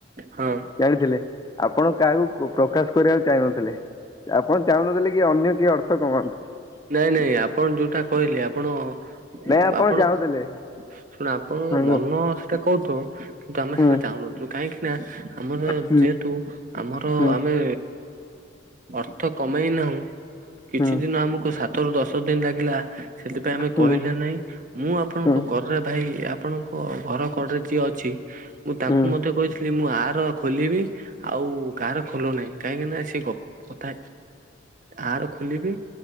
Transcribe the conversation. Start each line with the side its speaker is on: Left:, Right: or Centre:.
Right: ହଁ
Left: ଜାଣିଥିଲେ ଆପଣ କାହାକୁ କୁ ପ୍ରକାଶ କରିବାକୁ ଚାହିନଥିଲେ। ମୁଁ ଚାହୁନଥିଲି କି ଅନ୍ୟ କିଏ ଅର୍ଥ କମାନ୍ତୁ।
Right: ନାଇଁ ନାଇଁ ଆପଣ ଯୋଉଟା କହିଲେ ଆପଣ <unintelligible>
Left: ନାଇଁ ଆପଣ
Right: ଆପଣଙ୍କ
Left: ଚାହୁଁଥିଲେ।
Right: ଶୁଣ ଆପଣଙ୍କ
Left: ହୁଁ
Right: ମନ ସେଇଟା କହୁଥିବ କିନ୍ତୁ ଆମେ
Left: ହୁଁ
Right: ସେଇଟା ଚାହୁଁନଥିଲୁ କାହିଁକି? ନା ଆମର
Left: ହୁଁ
Right: ଯେହେତୁ ଆମର
Left: ହୁଁ
Right: ଆମେ ଅର୍ଥ କମେଇନାହୁଁ କିଛି
Left: ହୁଁ। ହୁଁ
Right: ଦିନ ଆମକୁ ସାତରୁ ଦଶ ଦିନ ଲାଗିଲା। ସେଥିପାଇଁ ଆମେ
Left: ହୁଁ
Right: କହିଲେ
Left: ହୁଁ
Right: ନାହିଁ ମୁଁ ଆପଣଙ୍କ
Left: ହୁଁ
Right: ରେ ଭାଇ ଆପଣଙ୍କ ଘର କଡ଼େ ଯିଏ ଅଛି ମୁଁ ତାଙ୍କୁ
Left: ହୁଁ। ହୁଁ
Right: ମଧ୍ୟ କହିଥିଲି ମୁଁ ଆ ଆର ଖୋଲିବି ଆଉ କାହାର ଖୋଲୁ ନାହିଁ କାହିଁକି ନା ସେ କ କଥା। ଆର ଖୋଲିବି